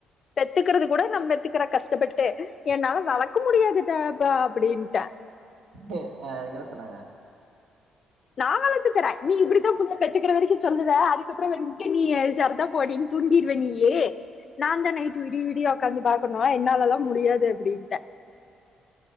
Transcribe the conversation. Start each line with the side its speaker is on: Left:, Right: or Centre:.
Left: பெத்துகிறது கூட நா பெத்துக்கிறோ கஷ்டப்பட்டு என்னால வளக்க முடியாது டா எப்பா அப்டின்டோ
Right: க்கு அதுக் என்னா சொன்னாங்க
Left: நா வளர்த்து தரே நீ இப்டித்தா புள்ள பெத்துக்கிற வரைக்கூ சொல்லுவ அதுக்கப்புறோ வொண்டூ நீ சரிதா போடிங் தூக்கிடுவ நீ நா தா நைட் விடி விடிய உக்காந்து பாக்கணோ என்னாலெல்லா முடியாது அப்டின்ட்டோ